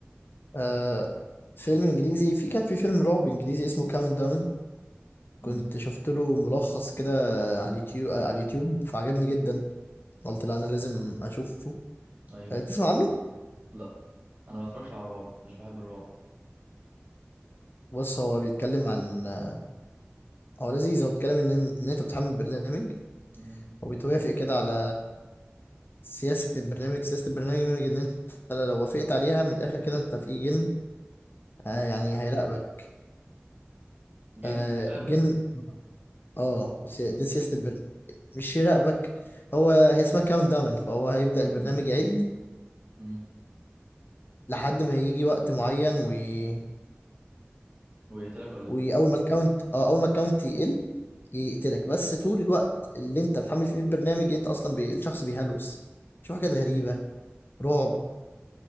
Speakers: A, on the left; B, on the right.
A: آه فيلم انجليزي في كان في فيلم رعب انجليزي اسمه كاونت داون كنت
B: مم.
A: شفت له ملخص كده على اليوتيوب على اليوتيوب فعجبني جدا قلت لا انا لازم اشوفه
B: أيوه
A: آه تسمع عنه
B: لا أنا ما بتفرجش على رعب مش بحب الرعب
A: بص
B: خالص
A: هو بيتكلم عن آه، هو لذيذ هو بيتكلم ان ان انت بتحمل برنامج
B: مم.
A: وبتوافق كده على سياسة البرنامج سياسة البرنامج إن أنت لو وافقت عليها من الآخر كده أنت في جن آه
B: مم.
A: يعني هيراقبك
B: جن
A: آه
B: يلعبك
A: الجن اه سي-
B: مم.
A: دي سياسة البرنامج مش يراقبك هو هي اسمها كاونت داون فهو هيبدأ البرنامج يعد
B: مم.
A: لحد ما يجي وقت معين وي...
B: ويقتلك ولا
A: وأول
B: إيه؟
A: ما الكاونت اه أول ما الكاونت يقل يقتلك بس طول الوقت اللي أنت محمل فيه البرنامج أنت أصلا بي... الشخص بيهلوس شوف حاجات غريبة رعب